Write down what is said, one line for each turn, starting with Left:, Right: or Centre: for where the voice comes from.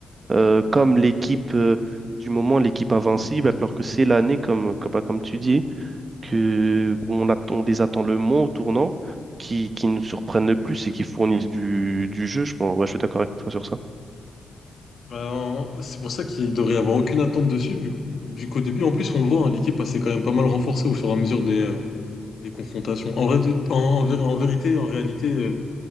Right: euh, comme l'équipe euh, du moment, l'équipe invincible, alors que c'est l'année, comme, comme, bah, comme tu dis, que on attend, on les attend le moins au tournant, qui, qui nous surprennent le plus et qui fournissent du, du jeu. Je, pense- ouais, je suis d'accord avec toi sur ça.
Left: Bah, en- c'est pour ça qu'il devrait y avoir aucune attente dessus, vu, vu qu'au début, en plus, on le voit, hein, l'équipe elle s'est quand même pas mal renforcée au fur et à mesure des, euh, des confrontations. En vrai, de- en, en vé- en vérité, en réalité, euh,